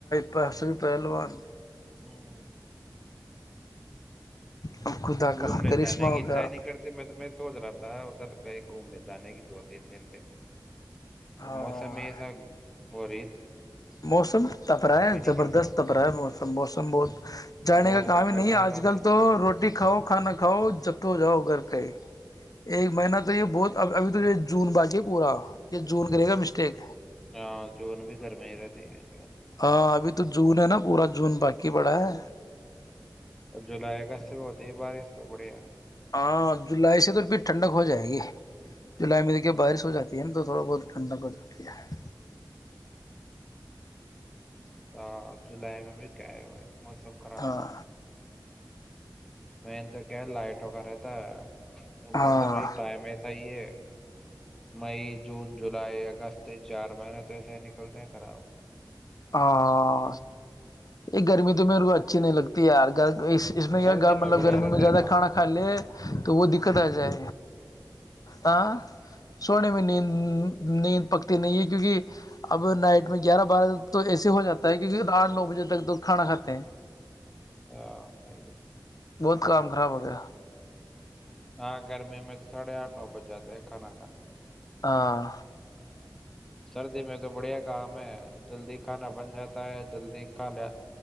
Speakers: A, on the left; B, in the centre.
A: پحسم پہلوان
B: ہوں
A: اب خدا
B: گھومنے
A: کا کرشمہ
B: جانے کی
A: ہوگا
B: اچھا ہی نہیں کرتی میں تو سوچ رہا ہے ادھر کہیں گھومنے جانے کی دو تین دن
A: ہاں
B: اور موسم میں ایسا موری
A: موسم تپ رہا ہے زبردست
B: کرتا
A: تپ رہا ہے موسم موسم بہت جانے
B: نوتپا
A: کا کام
B: پا چل
A: نہیں
B: رہا ہے
A: آج
B: نا ابھی
A: کل تو روٹی روٹی کھاؤ کھانا کھاؤ جب تو جاؤ گھر کا ہی ایک مہینہ تو یہ بہت اب اب تو جو زون باقیے پورا یہ زون کرے گا مسٹیک
B: ہاں جو ن بھی گھر میں ہی رہتے ہیں جو
A: ہاں ابھی تو جون ہے نا پورا جون باقی پڑا ہے
B: جولائی اگست میں ہوتی ہے بارش تو بڑھیا
A: ہاں جولائی سے تو پھر ٹھنڈک ہو جائے گی جولائی میں دھیے
B: ہاں
A: بارش ہو جاتی نا تو تھوڑا بہت چھنڈ کو چتی ہے
B: ہاں جولائی میں بھی کہئے ہوئے موسم خراب
A: ہاں
B: میںین تو کیا لائٹوں کا رہتا یہ
A: ہاں
B: موسم یہ ٹائم ایسا ہی ہے مئی جون جولائی اگست چار مہینے تو ایسے ہی نکلتے ہیں خراب
A: ہاں یہ گرمی تو میرے کو اچھی نہیں لگتی یار اس اس میں یا
B: سردی
A: مطلب
B: بڑھیا
A: گرمی
B: رہتا
A: میں زیادہ
B: ہے کام
A: کھانا کھا لے تو وہ دقت آ جائے ہ سونے میں نیند نیند پکتی نہیں ہے کیونکہ اب نائٹ میں گیارہ بارہ تو ایسے ہو جاتا ہے کیونکہ آٹ نو بجے تک تو کھانا کھاتے ہیں
B: ہاں سی
A: بہت کام خراب ہو گیا
B: ہاں گرمی میں تو ساڑھے آٹھ نو بج جا ت ہے کھانا کھانے میں
A: ہاں
B: سردی میں تو بڑھیا کام ہے جلدی کھانا بن جاتا ہے جلدی کھا ل